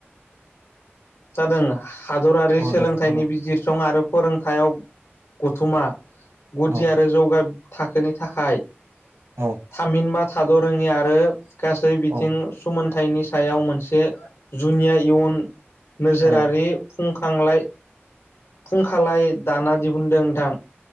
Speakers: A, on the left; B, on the right.
A: जादों हादरारि
B: औ
A: सोलोंथाइनि
B: दे औ
A: बिजिरसं आरो फोरोंथायाव गथुमा गुदि
B: औ
A: आरो जौगा थाखोनि थाखाय
B: औ
A: थामहिनबा थाद रोङि आरो गासै बिथिं
B: औ
A: सोमन फिथाइनि सायाव मोनसे जुनिया इयुन नोजोरारि
B: औ
A: फुंखांलाय फुंखालाय दाना दिहुनदों नोंथां